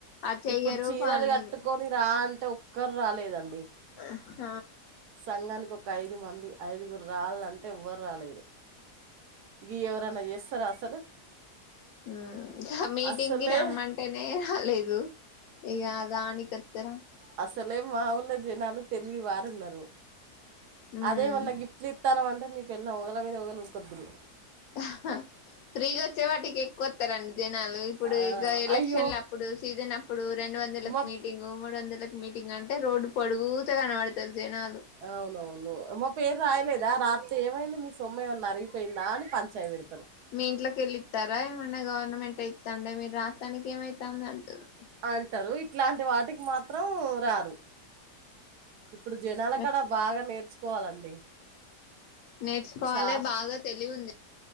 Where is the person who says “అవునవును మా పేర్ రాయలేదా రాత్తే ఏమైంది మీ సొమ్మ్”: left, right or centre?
Right